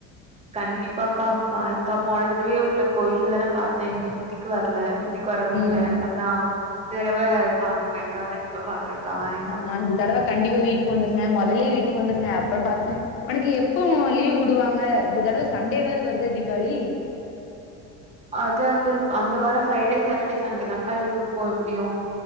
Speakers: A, on the right; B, on the left.
A: கண்டிப்பாக்கா பாருங்க்கா போனதடவேயே உங்கள கோயில்ல தானே பாத்த இங்க வீட் க்கு வர்ல
B: ஆமா
A: வீட்டுக்கு வர முடில
B: ம்
A: அதா இந்த தடவ பாக்றேங்க்கா கண் ப்ப பாக்றேன்க்கா வரே
B: ஆமா இந்த தடவ கண்டிப்பா வீட்டுக்கு வந்துருங்க மொதலே வீட்டுக்கு வந்துருங்க அப்றோ பாத்துக் ஒனக்கு எப்போ லீவ் வுடுவாங்க இந்த தடவ சண்டே வேற வருதே தீபாளி
A: அது அந்த அந்த வார ஃப்ரைடே சாட்டரடே சண்டே தான்க்கா லீவ் இருக்கு எப்டியு